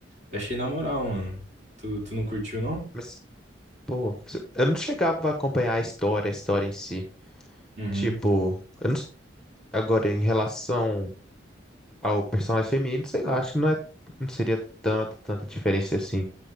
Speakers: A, on the right (about 35°); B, in the centre.
A: Achei na moral, mano. Tu, tu não curtiu, não?
B: Mas, pô, eu não chegava a acompanhar a história, a história em si.
A: Uhum.
B: Tipo, eu não s- agora em relação ao personagem feminino, sei lá, acho que não é, não seria tanta, tanta diferença assim